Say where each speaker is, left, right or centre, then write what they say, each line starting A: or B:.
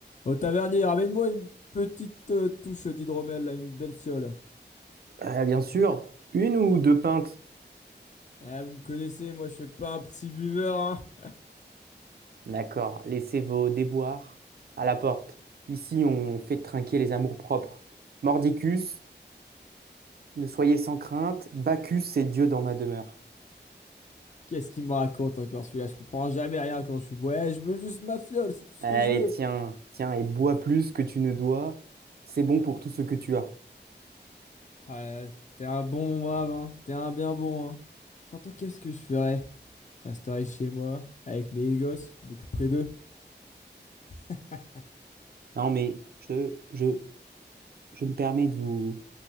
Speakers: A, on the left; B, on the right.
A: Au tavernier, ramène-moi une petite euh, touche d'hydromel, là, une belle fiole.
B: Ah, bien sûr, une ou deux pintes.
A: Ah, vous me connaissez, moi je suis pas un petit buveur, hein.
B: D'accord, laissez vos déboires à la porte. Ici, on fait trinquer les amours propres. Mordicus, ne soyez sans crainte, Bacchus, c'est Dieu dans ma demeure.
A: Qu'est-ce qu'il me raconte encore celui-là? Je comprends jamais rien quand je suis bourré. Eh, je veux juste ma fiole, c'est tout ce
B: Allez,
A: que je veux.
B: tiens, tiens, et bois plus que tu ne dois. C'est bon pour tout ce que tu as.
A: Ah, euh, t'es un bon mon brave, hein. T'es un bien bon, hein. Surtout, qu'est-ce que je ferais? Je resterais chez moi, avec mes gosses, je m'occuperais d'eux. <laughs>
B: Non, mais je, je, je me permets de vous,